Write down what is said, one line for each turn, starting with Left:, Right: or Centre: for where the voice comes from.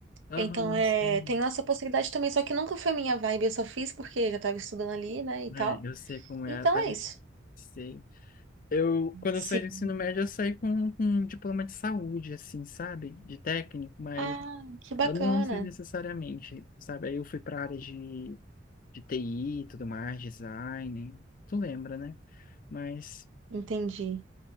Left: Aham,
Right: Então, é,
Left: sim.
Right: tem essa possibilidade também, só que nunca foi minha vibe, eu só fiz porque já estava estudando ali, né, e tal.
Left: É, eu sei como
Right: Então
Left: é. Ah,
Right: é isso.
Left: Sei. Eu, quando
Right: Sim.
Left: eu saí do ensino médio, eu saí com, com um diploma de saúde, assim, sabe? De técnico, mas
Right: Ah, que bacana.
Left: eu não sei necessariamente, sabe? Aí eu fui para a área de, de TI e tudo mais, design. Tu lembra, né? Mas
Right: Entendi.